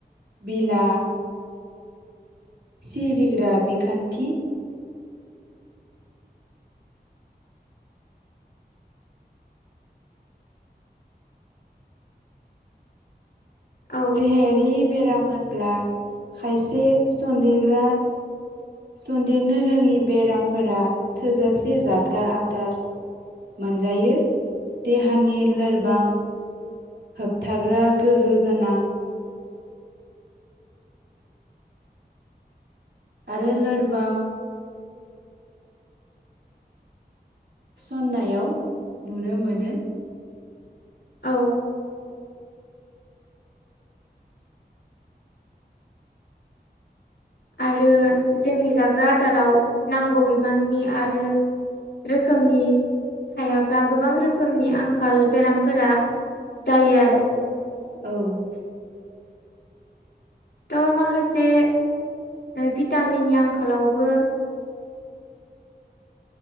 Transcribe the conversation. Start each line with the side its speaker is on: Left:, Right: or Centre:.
Right: बिला सिरिग्रा बिखान्थि
Left: औ
Right: देहायारि बेराम होनब्ला खायसे सनन्देरग्रा सन्देरनो रोङि बेरामफोरा थोजासे जाग्रा आदार मोनजायो देहानि लोरबां होबथाग्रा गोहो गोनां आरो लोरबां सननायाव नुनो मोनो
Left: औ आरो जोंनि जाग्रा आदाराव नांगौ बिबांनि आरो रोखोमनि थायाब्ला गोबां रोखोमनि आंखाल बेरामफोरा जायो आरो
Right: औ
Left: थ' माखासे भिटामिननि आंखालावबो